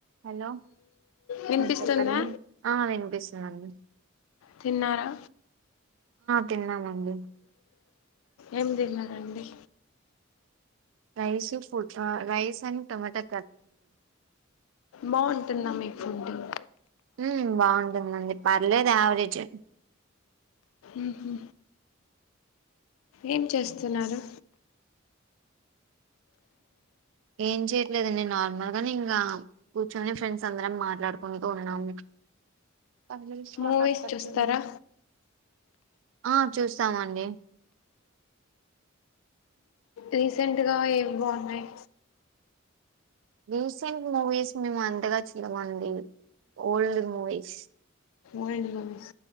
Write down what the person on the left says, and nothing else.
వినిపిస్తుందా
తిన్నారా
ఏం తిన్నారండి
బాగుంటుందా మీ ఫుడుంగ్
ఊహు ఏం చేస్తున్నారు
మూవీస్
చూస్తారా
రీసెంట్గా ఏవి బాగున్నాయి
old movies